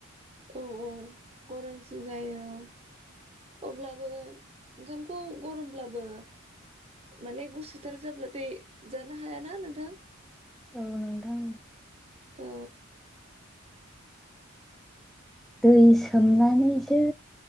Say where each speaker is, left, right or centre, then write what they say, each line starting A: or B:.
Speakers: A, on the right (about 30°); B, in the centre.
A: औ औ गरमसिन जायो औ अब्लाबो ओंखामखौ गरमब्लाबो माने गुसुथार जाब्लाथाय जानो हायाना नोंथां
B: औ नोंथां
A: औ
B: दै सोमनानैसो